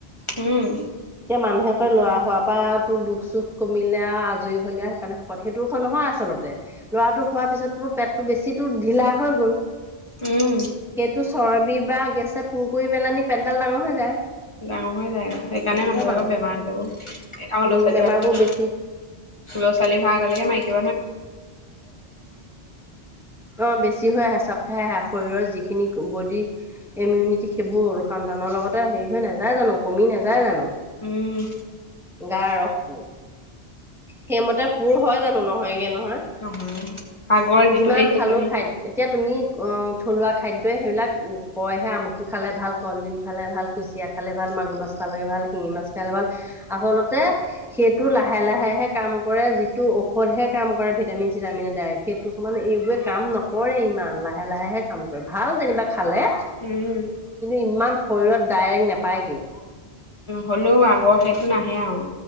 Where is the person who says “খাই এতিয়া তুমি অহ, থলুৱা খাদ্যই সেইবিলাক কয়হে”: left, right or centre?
Centre